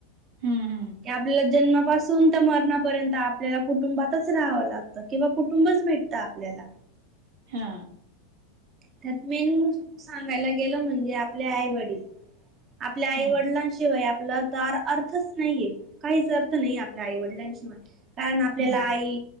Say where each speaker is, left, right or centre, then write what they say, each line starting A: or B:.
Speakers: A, on the right; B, on the right.
A: हम.
B: क आपल्याला जन्मापासून त्या मरणापर्यंत आपल्याला कुटुंबातच राहावं लागतं. किंवा कुटुंब भेट आपल्याला.
A: हा.
B: त्यातमेन सांगायला गेलं म्हणजे आपले आई वडील. आपल्या आई
A: हां
B: वडिलांशिवाय आपलं तर अर्थच नाहीये. काहीच अर्थ नाही आपल्या आईवडिलांशी कारण आपल्याला
A: हं
B: आई